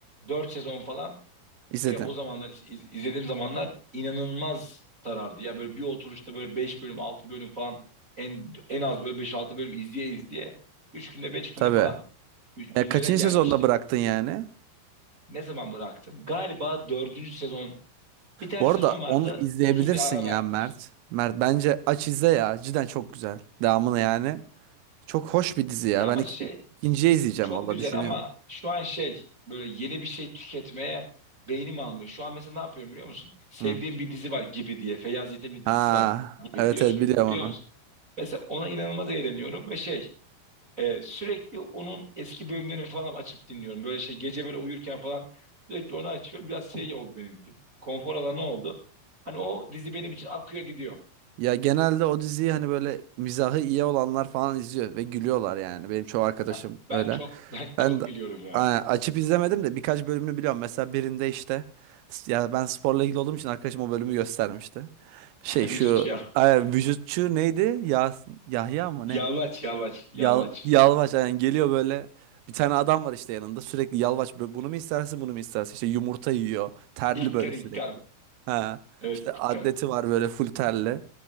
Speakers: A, on the right; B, on the right.
A: 4 sezon falan
B: İzledin.
A: e, o zamanlar iz- izlediğim zamanlar inanılmaz sarardı. Ya böyle bir oturuşta böyle 5 bölüm 6 bölüm falan en en az böyle beş altı bölüm izleye izleye 3 günde 5 günde
B: Tabii.
A: falan gü- güncele
B: Ya kaçıncı
A: gelmiştim.
B: sezonda bıraktın yani?
A: Ne zaman bıraktım? Galiba dördüncü sezon bir tane
B: Bu
A: sezon
B: arada
A: vardı
B: onu izleyebilirsin
A: uzun bir ara
B: ya
A: verdiler.
B: Mert. Mert bence aç izle ya. Cidden çok güzel. Devamını yani. Çok hoş bir dizi ya.
A: Ya ama
B: Ben iki,
A: şey
B: ikinciye izleyeceğim
A: Çok
B: valla
A: güzel
B: düşünüyorum.
A: ama şu an şey böyle yeni bir şey tüketmeye beynim almıyor. Şu an mesela ne yapıyorum biliyor musun? Sevdiğim
B: Hı.
A: bir dizi var gibi diye. Feyyaz Yiğit'in bir
B: Ha,
A: dizisi var gibi
B: evet
A: biliyorsun.
B: evet biliyorum
A: Biliyor
B: onu.
A: musun? Mesela ona inanılmaz eğleniyorum ve şey e, sürekli onun eski bölümlerini falan açıp dinliyorum. Böyle şey gece böyle uyurken falan sürekli onu açıyorum. Biraz şey oldu benim için. Konfor alanı oldu. Hani o dizi benim için akıyor gidiyor.
B: Ya genelde o diziyi hani böyle mizahı iyi olanlar falan izliyor ve gülüyorlar yani. Benim çoğu arkadaşım
A: Ha, ben
B: öyle.
A: çok <laughs> ben çok
B: Ben de
A: gülüyorum ya.
B: a- açıp izlemedim de birkaç bölümünü biliyorum. Mesela birinde işte s- ya ben sporla ilgili olduğum için arkadaşım o bölümü göstermişti. Şey
A: <laughs> Vücut
B: şu
A: ya.
B: ay, vücutçu neydi? Ya Yahya mı ne?
A: Yalvaç yalvaç yalvaç.
B: Yal, yalvaç yani geliyor böyle bir tane adam var işte yanında sürekli yalvaç böyle bunu mu istersin bunu mu istersin işte yumurta yiyor terli
A: İlkan
B: böyle sürekli
A: İlkan.
B: ha
A: Evet
B: işte
A: ilk
B: atleti
A: gün.
B: var böyle full terli